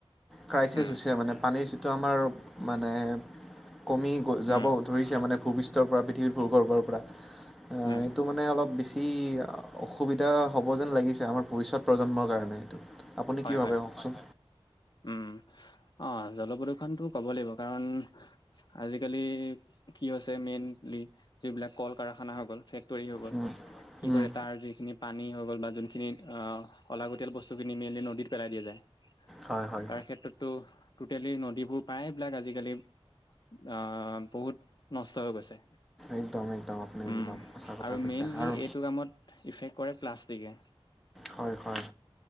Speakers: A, in the centre; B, on the left (about 45°).
A: ক্ৰাইচিছ
B: উম
A: হৈছে মানে। পানীৰ যিটো আমাৰ মানে কমি গৈ যাব
B: উম
A: ধৰিছে মানে স্তৰ পৰা পৃথিৱীৰ ভূ-গৰ্ভ ৰ পৰা। অহ,
B: উম
A: এইটো মানে অলপ বেছি অসুবিধা হ'ব যেন লাগিছে। আমাৰ ভৱিষ্যত প্ৰজন্মৰ কাৰণে এইটো। আপুনি
B: হয়-হয়,
A: কি ভাবে কওকচোন
B: উম। অহ জলপ্ৰদূৰষণটো ক'ব লাগিব, কাৰণ আজিকালি কি হৈছে মেইনলি যিবিলাক কল কাৰখানাাসকল ফে ক্টৰী হৈ গল।
A: উম
B: কি
A: উম
B: কৰে তাৰ যিখিনি পানী হৈ গল বা যো খিনিত অলাগতিয়াল বস্তুখিনি মেলি নদীত পেলাই দিয়া যায়।
A: হয় হয়
B: তাৰ ক্ষেত্ৰতো টোটেলি নদীবোৰ প্ৰায়বিলাক আজিকালি আহ বহুত নষ্ট হৈ গৈছে।
A: একদম একদম আপুনি
B: উম
A: একদম সঁচা কথা
B: আৰু
A: কৈছে
B: মেইনলি
A: আৰু
B: এইটো কামত ইফেক্ট কৰে প্লাষ্টিকে।
A: হয় হয়